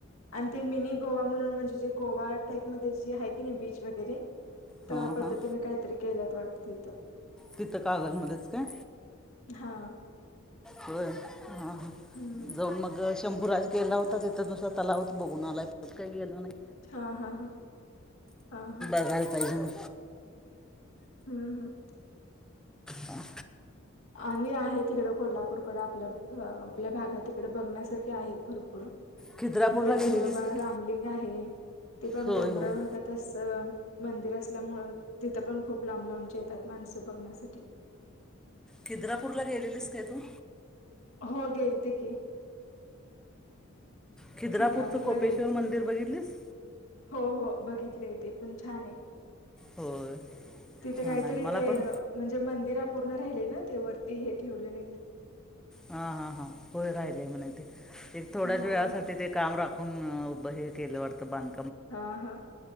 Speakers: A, on the left (about 80°); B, in the centre.
A: आणि ते मिनी गोवा म्हणून म्हणजे जे गोवा टाईपमध्येध्ये जे आहे की नाही बीच वगैरे त्या
B: हां
A: पद्धतीने
B: हां
A: काहीतरी केल्यात वाटतं तिथं
B: तिथं कागल मध्येच काय
A: हा
B: होय ह
A: हम्म
B: जाऊन मग अ शंभूराज गेला होता तिथं नुसता तलावत बघून आला काही गेला नाही
A: हा हा हा हा हा
B: अकाल पाहिजून
A: हा हम
B: हा
A: आणि आहे तिकड कोल्हापूरकडं आपल्या आपल्या भागात इिकडे बघण्यासारखे आहेत भरपूर
B: खिद्रापूरला
A: इकडे
B: गेलेलीस
A: धुळबा
B: का
A: रामलिंग आहे ते पण
B: होय
A: डोंगरा
B: होय
A: भागात तस मंदिर असल्यामुळं तिथं पण खूप लांब लांबचे येतात माणसं बघण्यासाठी
B: खीद्रापूरला गेलेलीस काय तू
A: हो गेल त की
B: खिद्रापूरचं
A: खिद्रापूरला
B: कोपेश्वर
A: गेलते
B: मंदिर बघितलीस
A: हो हो बघितले ते पण छान आहे
B: होय
A: तिथे
B: छान
A: काहीतरी
B: आहे मला
A: ते
B: पण
A: म्हणजे मंदिर अपूर्ण राहिले ना ते वरती हे ठेवले नाहीत
B: हा हा हा होय राहिलेय म्हण ते एक थोड्याच
A: हा
B: वेळासाठी ते काम राखून हे केल्यावर बांध
A: हा हा